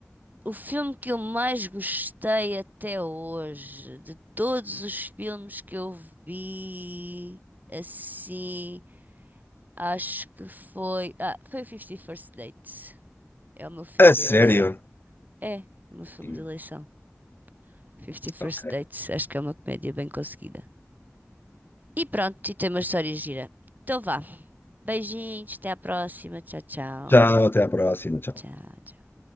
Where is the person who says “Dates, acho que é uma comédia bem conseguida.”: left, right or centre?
Right